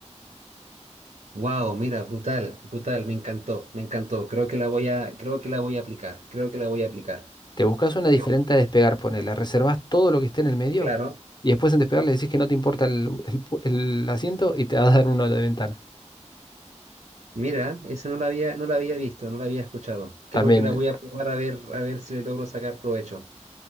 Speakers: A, on the right; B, on the left.
A: Wow, mira, brutal, brutal. Me encantó, me encantó. Creo que la voy a, creo que la voy a aplicar. Creo que la voy a aplicar.
B: Te buscas una diferente
A: Te-
B: a despegar, ponela. Reservas todo lo que esté en el medio
A: Claro.
B: y después en despegar le decís que no te importa el, el pu- el asiento y te va a dar uno de ventana.
A: Mira, eso no la había, no la había visto, no la había escuchado. Creo
B: También.
A: que la voy a probar a ver, a ver si le logro sacar provecho.